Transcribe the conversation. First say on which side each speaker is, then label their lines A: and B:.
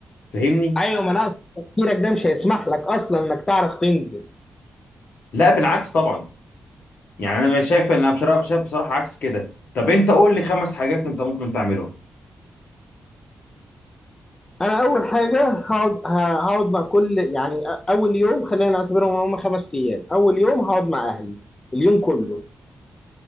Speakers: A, on the left (about 75°); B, on the left (about 20°).
A: فاهمني
B: ايوه ما انا أقصد تفكيرك ده مش هيسمح لك اصلا انك تعرف تنزل
A: لا بالعكس طبعا يعني انا مش شايف ان انا مش شايف شايف بصراحه عكس كده طب انت قول لي خمس حاجات انت ممكن تعملهم
B: انا اول حاجه هقعد ه- هقعد مع كل يعني أ- اول يوم خلينا نعتبرهم ان هم خمس ايام اول يوم هقعد مع اهلي اليوم كله